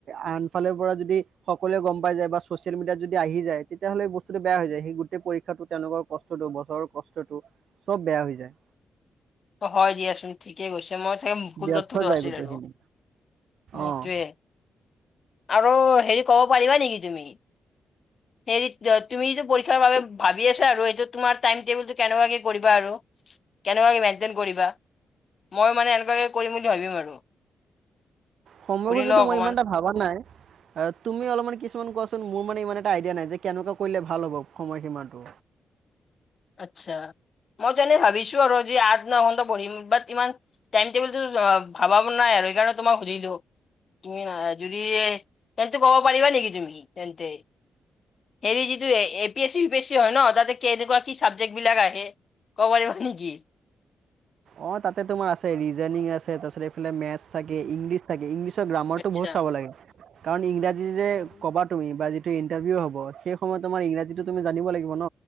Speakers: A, on the right; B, on the left.
A: আনফালৰ পৰা যদি সকলোৱে গম পাই যায় বা ছচিয়েল মিডিয়াত যদি আহি যায় তেতিয়াহ'লে এই বস্তুটো বেয়া হৈ যায় সেই গোটেই পৰীক্ষাটো তেওঁলোকৰ কষ্টটো বছৰৰ কষ্টটো চব বেয়া হৈ যায়
B: অ হয় দিয়াচোন ঠিকেই কৈছে মই তাকে ভুল
A: ব্যৰ্থ
B: তথ্যটো
A: যায়
B: আছিল
A: গোটেইখিনি
B: আৰু সেইটোৱে
A: অ'।
B: আৰু হেৰি কব পাৰিবা নেকি তুমি হেৰি তুমি যিটো পৰীক্ষাৰ বাবে ভাবি আছা আৰু এইটো তোমাৰ টাইম টেবুলটো কেনেকুৱাকে কৰিবা আৰু কেনেকুৱা কে মেইন্টেইন কৰিবা মই মানে এনেকুৱাকে কৰিম বুলি ভাবিম আৰু
A: সময়
B: সুধি
A: সুজটো
B: লওঁ অকমান
A: মই ইমান এটা ভাবা নাই আহ তুমি অলপমান কিছুমান কোৱা চোন মোৰ মানে ইমান এটা আইডিয়া নাই যে কেনেকুৱা কৰিলে ভাল হ'ব সময় সীমাটো
B: আচ্ছা মই টো এনেই ভাবিছো আৰু যি আঠ ন ঘন্টা পঢ়িম বাট ইমান টাইম টেবুলটো অ ভাবা নাই আৰু সেইকাৰণে তোমাক সুধিলো তুমি যদি তেন্তে কব পাৰিবা নেকি তুমি তেন্তে হেৰি যিটো A P S C, U P S C হয় ন তাতে কে কেনেকুৱা কি চাবজেক্ট বিলাক আহে ক'ব পাৰিব নেকি?
A: অ তাতে তোমাৰ আছে ৰিজনিং আছে তাৰপিছত এইফালে মেথছ থাকে ইংলিছ থাকে ইংলিছ চত গ্ৰামাৰ
B: আচ্ছা।
A: টো বহুত চাব লাগে কাৰণ ইংৰাজী যে
B: অ',
A: কবা তুমি বা ইন্টাৰভিউ হ'ব সেই সময়ত তোমাৰ ইংৰাজীতো তুমি জানিব লাগিব ন